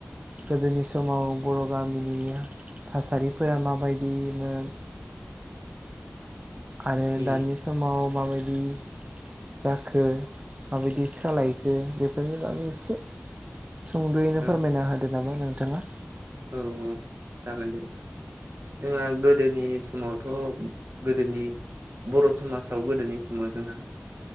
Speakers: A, on the right; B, on the right.
A: गोदोनि समाव बर' गामिनि थासारिफोरा माबायदिमोन आरो
B: उम
A: दानि समाव माबायदि जाखो माबायदि सोलायखो बेफोरनि बागै एसे सुंद'यैनो
B: औ
A: फोरमायना होदो नामा नोंथाङा
B: औ औ जागोन दे जोंहा गोदोनि समावथ' गोदोनि बर' समाजाव गोदोनि समाव जोंहा